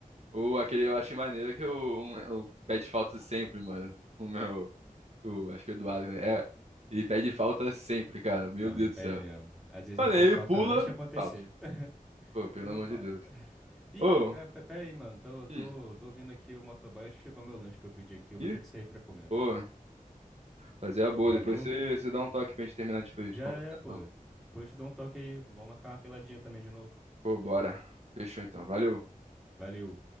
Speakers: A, on the right; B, in the centre.
A: O, aquele eu achei maneiro que o, um- o pede falta sempre, mano. O meu. O, acho que é o Eduardo, né? É, ele pede falta sempre, cara. Meu
B: Não,
A: Deus
B: ele
A: do
B: pede
A: céu.
B: mesmo. Às vezes
A: Mano,
B: ele pede
A: aí ele
B: falta
A: pula.
B: antes de acontecer.
A: Falta.
B: <laughs>
A: Pô, pelo
B: Eu
A: amor
B: falo.
A: de Deus.
B: Ih,
A: Ô.
B: cara, pe- pera aí, mano. Tô, tô,
A: Hum.
B: tô ouvindo aqui o motoboy. Acho que chegou meu lanche que eu pedi aqui. Eu vou
A: Ih,
B: ter que sair pra comer,
A: boa.
B: velho.
A: Fazer a boa.
B: Valeu.
A: Depois você você dá um toque pra gente terminar de,
B: Já
A: de conversar,
B: é, pô.
A: então.
B: Depois te dou um toque aí. Vamos marcar uma peladinha também de novo.
A: Pô, bora. Fechou então. Valeu.
B: Valeu.